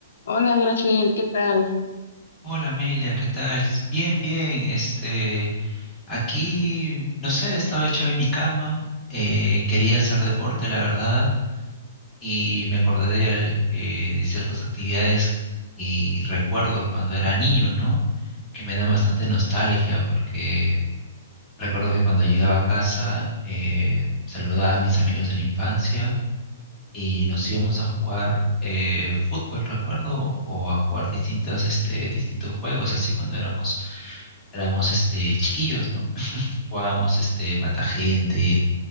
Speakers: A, on the left (about 65°); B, on the left (about 20°).
A: Hola, Graciel, ¿qué tal?
B: Hola Amelia, ¿qué tal? Bien, bien. Este, aquí, no sé, estaba hecho en mi cama, eh, quería hacer deporte, la verdad, y me acordé de, al- eh, de ciertas actividades y recuerdos cuando era niño, ¿no? Que me dan bastante nostalgia porque recuerdo que cuando llegaba a casa, eh, saludaba a mis amigos de la infancia y nos íbamos a jugar eh, fútbol, recuerdo, o a jugar distintas, este, distintos juegos, así cuando éramos, éramos este, chiquillos, ¿no? <laughs> Jugábamos este, mata gente,